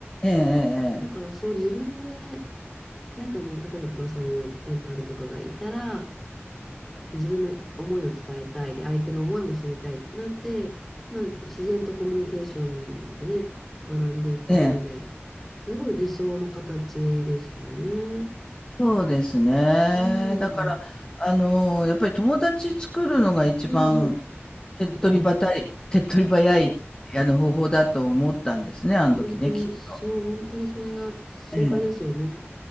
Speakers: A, on the left (about 20°); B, in the centre.
A: えええ
B: ね、だからそう自分で、なんかね、例えばまあそういうペンパルとかがいたら、自分の思いを伝えたいで、相手の思いも知りたいってなって、まあ自然とコミュニケーションでね、学んでいくもので、
A: えええ。ええ。
B: すごい理想の形ですよね。
A: そうですね。
B: うん、
A: だから、あの、やっぱり友達作るのが一番
B: うん、うん、
A: 手っ取り早い手っ取り早い、
B: うん、うん、
A: あの、方法だと思ったんですね、あの時ね、
B: 本当に、
A: きっと。
B: そう、本当にそれが正解ですよね。
A: ええ。